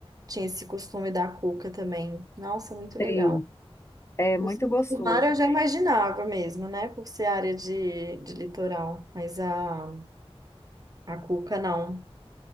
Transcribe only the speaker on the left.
Tem,
é
muito gostoso.